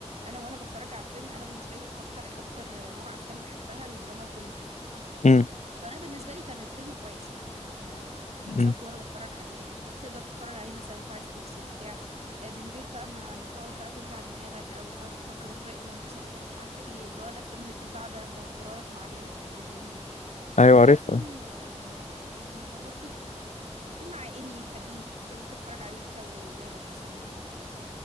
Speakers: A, on the right; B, on the left.
A: انا وانا بتفرج على الفيلم انا بالنسبه لي اكتر اكتر نوع افلام بحبها الدراما الكوميدي
B: مم.
A: فانا بالنسبه لي كان الفيلم كويس يعني آه انبسطت
B: مم.
A: وانا بتفرج عليه يعني ت- تقدر تتفرج عليه مثلا وانت عايز تفصل بتاع آه من غير بقى ما ما تقعد بقى توجع دماغك او تقعد تفكر يا ترى ايه اللي هيحصل يا ترى مش عارفه ايه اللي هو الافلام اللي بتبقى قاعده موتره لك ومعليه لك الادرينالين دي
B: ايوه
A: ده
B: عارفها
A: فيلم آه يعني لطيف يعني فيلم عائلي خفيف آه، ممكن تتفرج عليه انت وولادك مثلا آه،